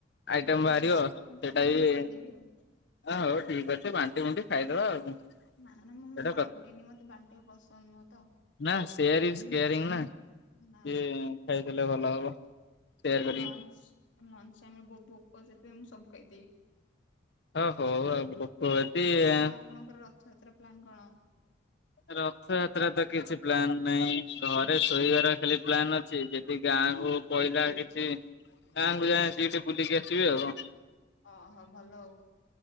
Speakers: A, on the left; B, on the left.
A: ଆଇଟମ
B: ହୁଁ
A: ବାହାରିବ ସେଇଟା
B: ହଁ ତା ଦେହରେ
A: ବି
B: ମୁଁ ଖାଇଦେବି ଆଉ।
A: ହଉ ଠିକ୍ ଅଛି ବାଣ୍ଟି କୁଟି ଖାଇଦବା ଆଉ।
B: ନା ନା ମୁଁ
A: ସେଇଟା
B: ବାଣ୍ଟିନି, ମତେ ବାଣ୍ଟିବା ପସନ୍ଦ ନୁହଁ ତ
A: ନାଁ, ସେୟାର ଇଜ କେୟାରିଂ ନା। ଟିଏ
B: ନା ନା
A: ଖାଇଦେଲେ ଭଲ ହବ। ସେୟାର
B: ଲଞ୍ଚ
A: କରିକି
B: ଲଞ୍ଚ ଟାଇମରେ ବହୁତ ଭୋକ ସେଥିପାଇଁ ମୁଁ ସବୁ ଖାଇଦେବି।
A: ଓ ହୋ ଆଉ କଷ୍ଟ <unintelligible>
B: ଆଉ ଆପଣଙ୍କର ରଥଯାତ୍ରା ପ୍ଲାନ କଣ?
A: ରଥଯାତ୍ରାରେ ତ କିଛି ପ୍ଲାନ ନାହିଁ ଘରେ ଶୋଇବାର ଖାଲି ପ୍ଲାନ୍ ଅଛି ଯଦି ଗାଁ ଗାଁକୁ କହିଲା କିଛି ଗାଁକୁ ଯାଇ ଟିକେ ବୁଲିକି ଆସିବି ଆଉ।
B: ଅହୋ ଭଲ ଅଉ।